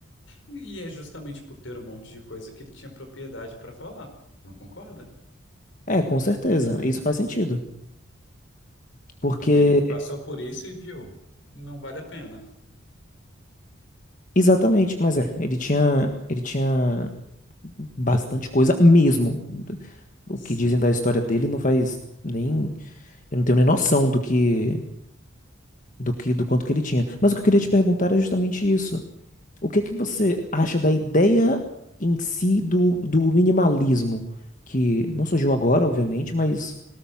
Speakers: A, on the left; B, on the left.
A: E e é justamente por ter um monte de coisa que ele tinha propriedade para falar. Não concorda?
B: É, com certeza, isso faz sentido. Porque,
A: Porque ele passou por isso e viu, não vale a pena.
B: exatamente, mas é, ele tinha, ele tinha bastante coisa mesmo. O
A: Sim.
B: que dizem da história dele não faz nem, eu não tenho nem noção do que, do que, do quanto que ele tinha. Mas o que eu queria te perguntar é justamente isso. O que que você acha da ideia em si do, do minimalismo, que não surgiu agora, obviamente, mas